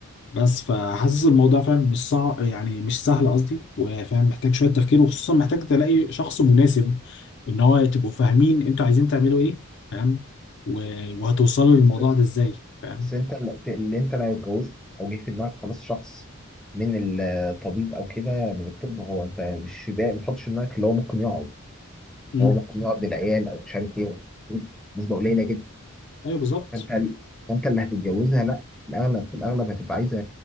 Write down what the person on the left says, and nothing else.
بس فحاسس الموضوع فاهم مش صعب يعني مش سهل قصدي وفاهم محتاج شويه تفكير وخصوصا محتاج تلاقي شخص مناسب ان هو تبقوا فاهمين انتوا عايزين تعملوا ايه فاهم و- وهتوصلوا للموضوع
ده ازاي فاهم
امم
ايوه بالظبط